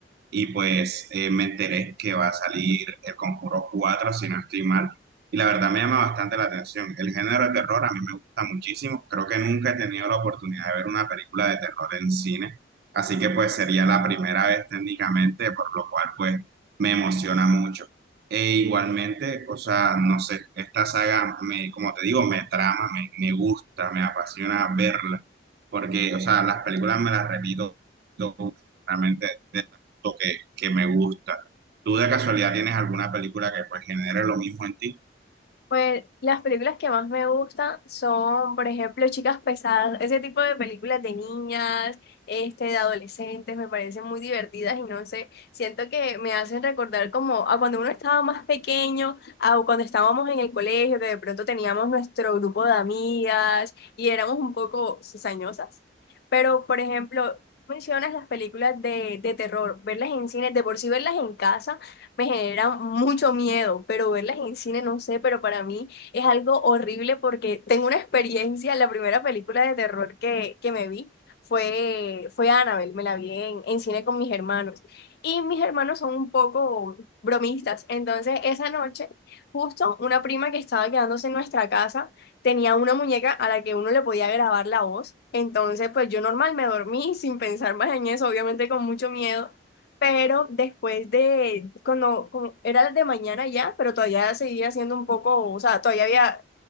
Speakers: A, on the right; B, on the left.
A: y pues eh, me enteré que va a salir El Conjuro cuatro si no estoy mal, y la verdad me llama bastante la atención. El género de terror a mí me gusta muchísimo, creo que nunca he tenido la oportunidad de ver una película de terror en cine, así que pues sería la primera vez técnicamente, por lo cual pues me emociona mucho. E igualmente, o sea, no sé, esta saga me, como te digo, me trama, me, me gusta, me apasiona verla porque, o sea, las películas me las repito realmente de lo que, que me gusta. ¿Tú de casualidad tienes alguna película que pues genere lo mismo en ti?
B: Pues las películas que más me gustan son, por ejemplo, Chicas Pesadas, ese tipo de películas de niñas, este, de adolescentes, me parecen muy divertidas y no sé, siento que me hacen recordar como a cuando uno estaba más pequeño, a cuando estábamos en el colegio, que de pronto teníamos nuestro grupo de amigas y éramos un poco cizañosas. Pero, por ejemplo, mencionas las películas de, de terror, verlas en cine, de por sí verlas en casa me genera mucho miedo, pero verlas en cine no sé, pero para mí es algo horrible porque tengo una experiencia, la primera película de terror que, que me vi fue, fue Annabelle, me la vi en, en cine con mis hermanos y mis hermanos son un poco bromistas, entonces esa noche justo una prima que estaba quedándose en nuestra casa tenía una muñeca a la que uno le podía grabar la voz, entonces pues yo normal me dormí <laughs> sin pensar más en eso, obviamente con mucho miedo. Pero después de, cuando como era de mañana ya, pero todavía seguía siendo un poco, o sea, todavía había,